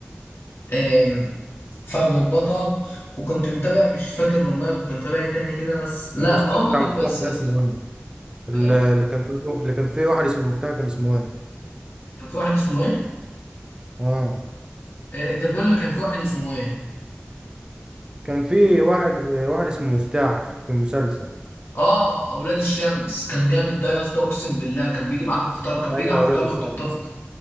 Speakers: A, on the left; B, on the right.
A: آم، فهد البطل وكنت متابع مش فاكر والله كنت متابع ايه تاني كده بس لا
B: المسلسل
A: هم
B: بتاع
A: دول
B: مفتاح
A: بس
B: ده
A: يا اسطى
B: اسمه ايه اللي
A: ايه
B: اللي كان فيه اللي كان فيه واحد اسمه مفتاح كان اسمه ايه
A: كان في واحد اسمه ايه
B: اه
A: إيه، انت بتقول لي كان في واحد اسمه ايه
B: كان فيه واحد آه، واحد اسمه مفتاح في المسلسل
A: اه اولاد الشمس كان جامد ده يا اسطى اقسم بالله كان بيجي بعد الفطار كان بيجي
B: ايوه
A: على
B: اولاد
A: الفطار
B: الشمس
A: وانت بتفطر